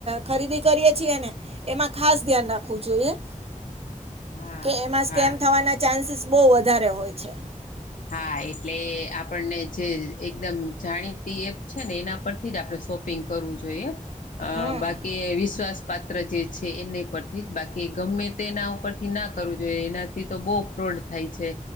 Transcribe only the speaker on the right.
ખરીદી કરીએ છીએ ને એમાં ખાસ ધ્યાન રાખવું જોઈએ.
કે એમાં સ્કેમ
થવાના ચાન્સીસ બોવ વધારે હોય છે.
હમ